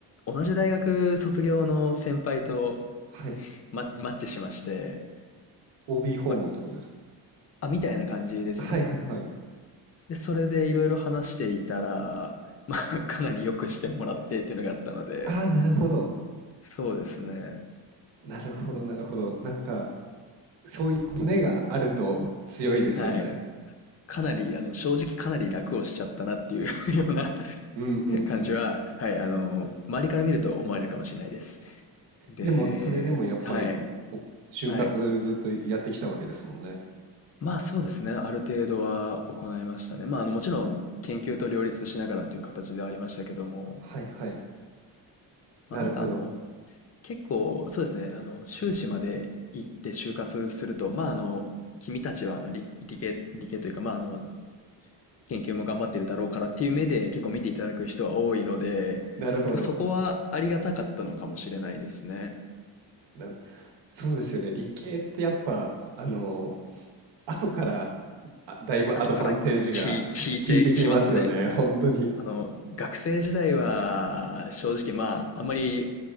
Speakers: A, on the left; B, on the right.
A: 同じ大学卒業の先輩と
B: はい。
A: マ、マッチしまして、
B: OB 訪問ってことですか
A: まあ、あ、みたいな感じですね。
B: はいはいはい。
A: で、それでいろいろ話していたら、まあかなり良くしてもらってっていうのがあったので、
B: ああ、なるほど。
A: そうですね。
B: なるほど、なるほど。なんか、そういう骨があると強いですよね。
A: はい。かなり、あの、正直かなり楽をしちゃったなっていう <laughs> ような
B: うんうんうん。
A: 感じは、はい、あの、周りから見ると思われるかもしれないです。で、
B: でもそれでもやっぱりお就活ずっとやってきたわけですもんね。
A: はい、はい。まあそうですね、ある程度は行いましたね。まあ、あの、もちろん研究と両立しながらという形ではありましたけども、
B: はいはい。
A: まあなんかあの、
B: なるほど。
A: 結構、そうですね、あの、修士まで行って就活すると、まああの、君たちはあの理、理系、理系というか、まああの、研究も頑張ってるだろうからっていう目で結構見ていただく人は多いので、
B: なるほど。
A: 結構そこはありがたかったのかもしれないですね。
B: な、そうですよね。理系ってやっぱ、あの、後からあだいぶアドバンテージが効いてきますよね。
A: 後からき聞いてきますね。
B: 本当に。効
A: あの、学生時代は正直まあ、あんまり